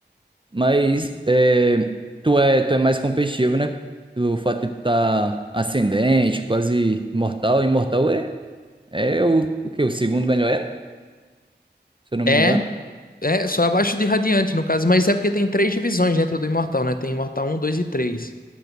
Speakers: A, on the right (about 30°); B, on the left (about 50°).
A: Mas é, tu é, tu é mais competitivo, né? Pelo fato de tu tá ascendente, quase imortal. Imortal é, é o, o quê? O segundo melhor era, se eu não me
B: É,
A: engano.
B: é só abaixo de Radiante, no caso, mas é porque tem três divisões dentro do Imortal, né? Tem Imortal um, 2 e três,